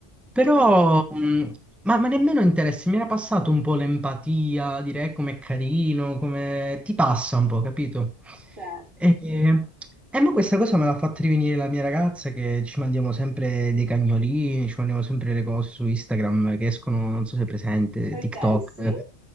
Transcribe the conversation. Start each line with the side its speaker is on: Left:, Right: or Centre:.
Centre: Però,
Right: Mh.
Centre: mh, ma, ma nemmeno interessi, mi era passato un po' l'empatia, direi com'è carino, come ti passa un po', capito?
Right: Certo.
Centre: E, e ma questa cosa me l'ha fatta rivenire la mia ragazza che ci mandiamo sempre dei cagnolini, ci mandiamo sempre le cose su Instagram che escono, non so se è presente,
Right: Okay,
Centre: TikTok.
Right: sì.